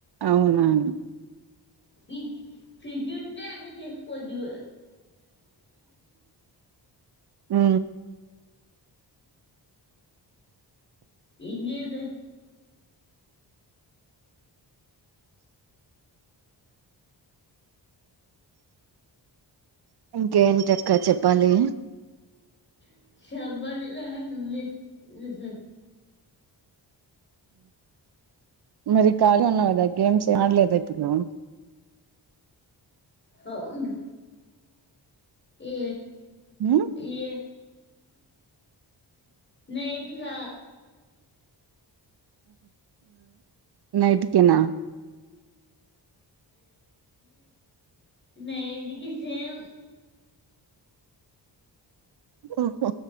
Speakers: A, on the right (about 65°); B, on the left (about 25°).
A: అవునును
B: ఫడ్ ఫ్రిడ్జ ఉంట అన్ని చేసుకోవచు
A: హ
B: ఇంద
A: ఇంకేంటిక్క చెప్పాలి
B: <inaudible>
A: మరి ఖాళీ ఉన్నా కదా గేమ్స్ ఏ ఆడలేద పిల్లు
B: అవును ఏ
A: ఉమ్
B: ఏ నైట్ కి ర
A: నైట్కినా
B: న ఎంటికి సేమ్
A: ఓహ